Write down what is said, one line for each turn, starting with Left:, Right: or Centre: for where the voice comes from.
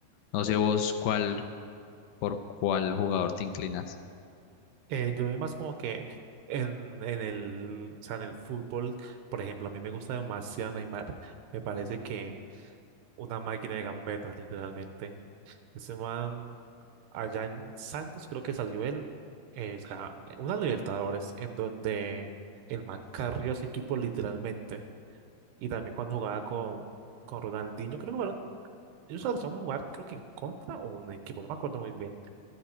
Left: No sé vos cuál, por cuál jugador te inclinas.
Right: Eh, yo vi más como que en, en el, o sea, en el fútbol, por ejemplo, a mí me gusta demasiado Neymar. Me parece que una máquina de gambetas, literalmente. Ese man, allá en Santos, creo que salió él, eh, o sea, una Libertadores, en donde el man carrió a ese equipo literalmente. Y también cuando jugaba con, con Ronaldinho, creo que jugaron, ellos alcanzaron a jugar, creo que en contra o un equipo, no me acuerdo muy bien.